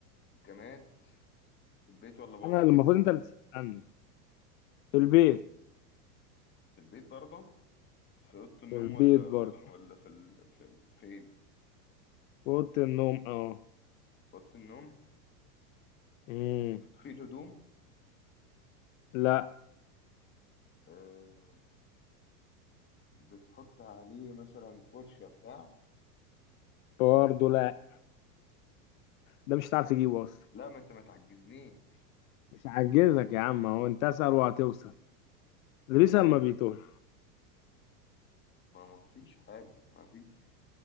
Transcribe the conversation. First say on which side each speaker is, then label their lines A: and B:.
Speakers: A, on the left; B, on the left.
A: جماد في البيت ولا بره
B: انا اللي المفروض انت اللي تسألني في البيت
A: في البيت برضه في أوضة النوم
B: في البيت
A: ولا
B: برضه
A: ولا في ال... في ال... فين في
B: في أوضة النوم اه
A: أوضة النوم
B: امم
A: في الهدوم
B: لا
A: آه... بتحط عليه مثلا فرشة بتاع
B: برضه لا ده مش هتعرف تجيبه اصلا
A: لا ما انت ما تعجزنيش
B: مش عجزك يا عم هو انت اسأل وهتوصل الريسة
A: آه،
B: ما بيتوه
A: ما ما فيش حاجة ما فيش